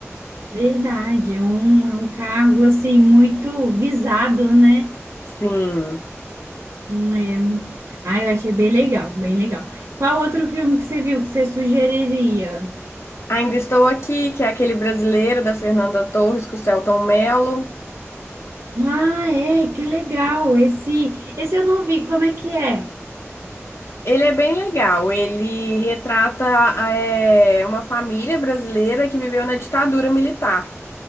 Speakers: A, on the right; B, on the left.
A: Verdade, é um, é um cargo assim muito visado, né?
B: Sim.
A: Hum, É. Ah, eu achei bem legal, bem legal. Qual outro filme que você viu que você sugeriria?
B: Ainda Estou Aqui, que é aquele brasileiro da Fernanda Torres com o Selton Mello.
A: Ah, é, que legal. Esse, esse eu não vi, como é que é?
B: Ele é bem legal, ele retrata é, uma família brasileira que viveu na ditadura militar.